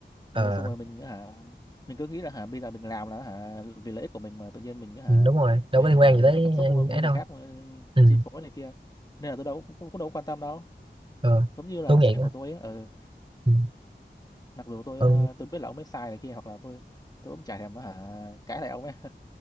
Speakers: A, on the left; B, on the right.
A: ừ,
B: ờ
A: xong rồi mình hả mình cứ nghĩ là hả bây giờ mình làm là hả vì lợi ích của mình mà tự nhiên mình hả
B: ừ, đúng rồi đâu
A: phải
B: có liên
A: hả
B: quan gì
A: để
B: tới
A: cảm xúc
B: ừ, ấy
A: với người
B: đâu
A: khác mà
B: ừ.
A: chi phối này kia nên là tôi đâu cũng, cũng, cũng đâu có quan tâm đâu
B: ờ
A: giống như là
B: tôi nghĩ
A: sếp của tôi á ừ,
B: ừ.
A: mặc dù tôi
B: Ừ.
A: ờ, tôi biết là ông ấy sai này kia hoặc là tôi tôi cũng chả thèm hả cãi lại ông ấy <laughs>